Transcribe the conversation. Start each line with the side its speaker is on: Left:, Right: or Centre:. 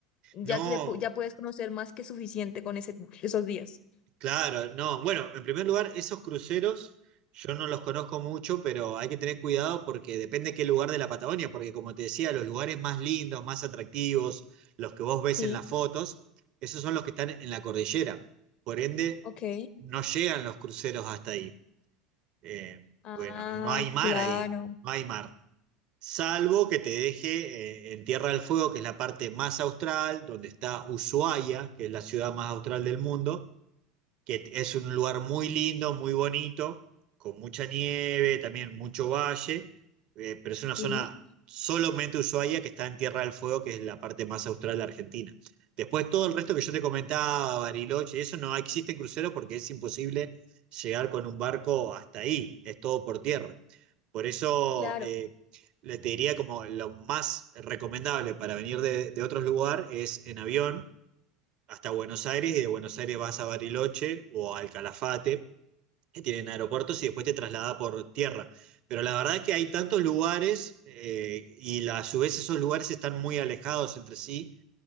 Left: ya
Right: No,
Left: te pu- ya puedes conocer más que suficiente con ese, esos días.
Right: claro, no. Bueno, en primer lugar, esos cruceros yo no los conozco mucho, pero hay que tener cuidado porque depende qué lugar de la Patagonia, porque como te decía, los lugares más lindos, más atractivos, los que vos ves
Left: Sí,
Right: en las fotos, esos son los que están en la cordillera. Por ende,
Left: ok.
Right: no llegan los cruceros hasta ahí. Eh,
Left: Ah,
Right: bueno, no hay mar
Left: claro.
Right: ahí, no hay mar. Salvo que te deje eh, en Tierra del Fuego, que es la parte más austral, donde está Ushuaia, que es la ciudad más austral del mundo, que es un lugar muy lindo, muy bonito, con mucha nieve, también mucho valle, eh, pero es una zona
Left: Sí,
Right: solamente Ushuaia que está en Tierra del Fuego, que es la parte más austral de Argentina. Después todo el resto que yo te comentaba, Bariloche, y eso no existe crucero porque es imposible llegar con un barco hasta ahí, es todo por tierra. Por eso
Left: claro,
Right: eh, le te diría como lo más recomendable para venir de, de otros lugares es en avión hasta Buenos Aires y de Buenos Aires vas a Bariloche o al Calafate, que tienen aeropuertos, y después te traslada por tierra. Pero la verdad que hay tantos lugares eh, y la- a su vez esos lugares están muy alejados entre sí,